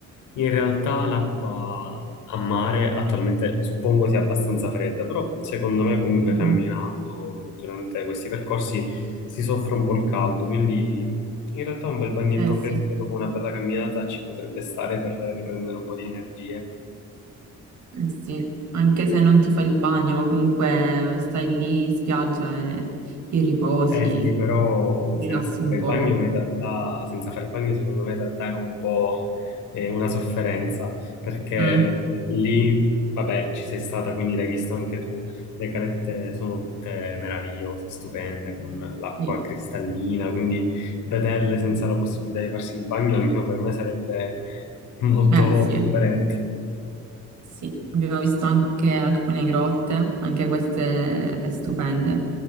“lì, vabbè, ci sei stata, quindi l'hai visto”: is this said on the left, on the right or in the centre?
Left